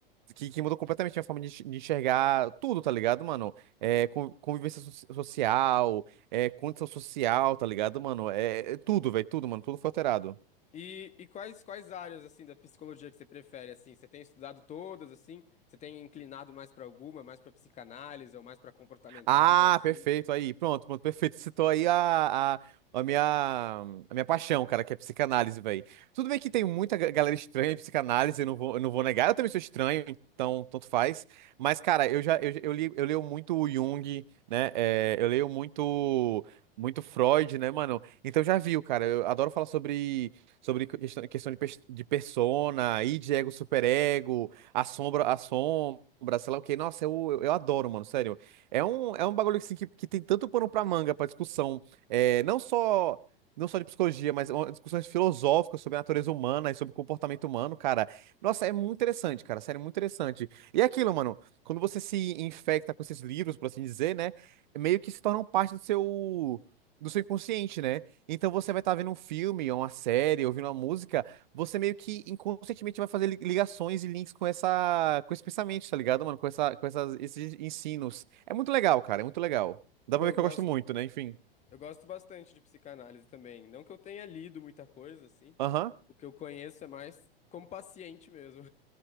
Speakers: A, on the right; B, on the left.
A: que, que mudou completamente minha forma de, enx- de enxergar tudo, tá ligado, mano? É, con- convivência so- social, é, condição social, tá ligado, mano? É, é tudo, véi, tudo, mano. Tudo foi alterado.
B: E, e quais, quais áreas, assim, da psicologia que você prefere, assim? Você tem estudado todas, assim? Você tem inclinado mais para alguma, mais para psicanálise ou mais para comportamental,
A: Ah,
B: assim?
A: perfeito, aí, pronto, pronto, perfeito. Citou aí a, a, a minha, a minha paixão, cara, que é psicanálise, velho. Tudo bem que tem muita ga- galera estranha em psicanálise, eu não vou, eu não vou negar, eu também sou estranho, então tanto faz. Mas, cara, eu já, eu, eu li, eu leio muito o Jung, né, é, eu leio muito, muito Freud, né, mano? Então já viu, cara, eu adoro falar sobre, sobre questão, questão de, pers- de persona, id, ego, superego, a sombra, a sombra, sei lá o quê. Nossa, eu, eu adoro, mano, sério. É um, é um bagulho assim, que, que tem tanto pano pra manga, pra discussão, é, não só não só de psicologia, mas uma- discussões filosóficas sobre a natureza humana e sobre o comportamento humano, cara. Nossa, é muito interessante, cara, sério, muito interessante. E é aquilo, mano, quando você se infecta com esses livros, por assim dizer, né, meio que se tornam parte do seu do seu inconsciente, né? Então você vai estar vendo um filme, ou uma série, ouvindo uma música, você meio que inconscientemente vai fazer li- ligações e links com essa, com esse pensamento, tá ligado, mano? Com essa, com essas, esses ensinos. É muito legal, cara, é muito legal. Dá
B: Pô,
A: pra
B: eu
A: ver que
B: gosto.
A: eu gosto muito, né? Enfim.
B: Eu gosto bastante de psicanálise também. Não que eu tenha lido muita coisa, assim.
A: Aham.
B: O que eu conheço é mais como paciente mesmo.